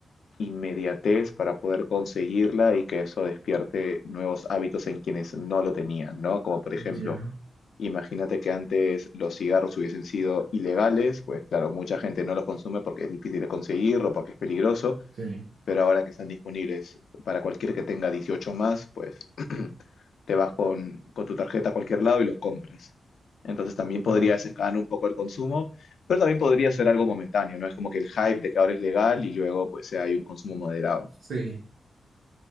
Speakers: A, on the left (about 70°); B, on the right (about 80°).
A: inmediatez para poder conseguirla y que eso despierte nuevos hábitos en quienes no lo tenían, ¿no? Como por ejemplo,
B: ya,
A: imagínate que antes los cigarros hubiesen sido ilegales, pues claro, mucha gente no los consume porque es difícil de conseguir o porque es peligroso,
B: sí,
A: pero ahora que están disponibles para cualquier que tenga 18 más, pues <clears throat> te vas con, con tu tarjeta a cualquier lado y lo compras. Entonces también podría
B: claro.
A: desencadenar un poco el consumo, pero también podría ser algo momentáneo, ¿no? Es como que el hype de que ahora es legal y luego pues eh, hay un consumo moderado.
B: Sí,